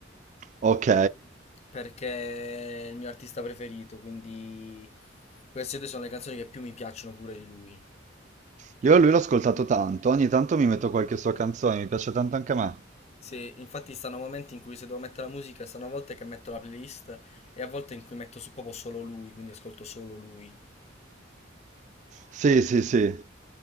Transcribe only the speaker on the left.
perché è il mio artista preferito, quindi queste due sono le canzoni che più mi piacciono pure di lui.
Se, infatti stanno momenti in cui se devo mettere la musica, stanno a volte che metto la playlist e a volte in cui metto su- proprio solo lui, quindi ascolto solo lui.